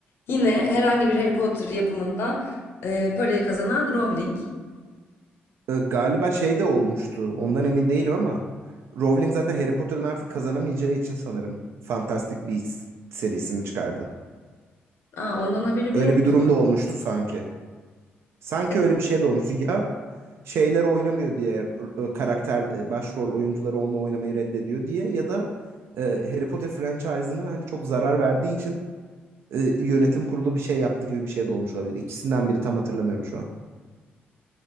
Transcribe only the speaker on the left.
yine herhangi bir Harry Potter yapımında e, parayı kazanan Rowling.
Aa, ondan haberim
yoktu.
E,